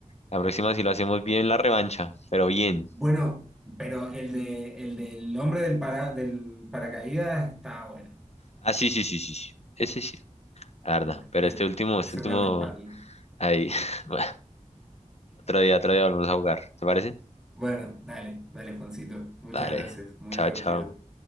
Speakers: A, on the left; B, in the centre.
A: la próxima si lo hacemos bien la revancha, pero bien.
B: Bueno, pero el de el del hombre del para, del paracaídas está bueno.
A: Ah, sí, sí, sí, sí, sí. Ese sí, la
B: Bueno,
A: verdad. Pero
B: bien,
A: este último, este
B: se
A: último,
B: me respalda.
A: ahí. <laughs> Bueno, otro día, otro día volvemos a jugar. ¿Te parece?
B: Bueno, dale, dale, Juancito, muchas
A: Dale.
B: gracias, muy
A: Chao,
B: divertido.
A: chao.